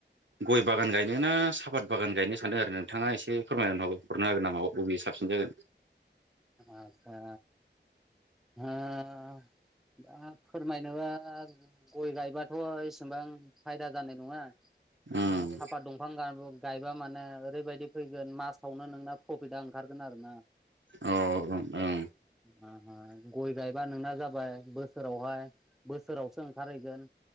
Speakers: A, on the right (about 80°); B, in the centre.
A: गय बागान गायनो ना साफात बागान गायनो सानदों आरो नोंथाङा एसे फोरमायनानै हरनो हागोन नामा बागाना बबे साबसिन जागोन
B: आसा ओ <unintelligible> दा फोरमायनोबा गय गायबाथ' एसेबां फायदा जानाय नङा।
A: ओम
B: नों साफा दंफां गा-गायबा माने ओरैबायदि फैगोन मासावनो नोंना प्रफिता ओंखारगोन आरो ना
A: अ ओं ओं
B: <inaudible> ओ गय गायबा नोंना जाबाय बोसोरावहाय बोसोरावसो ओंखारहैगोन।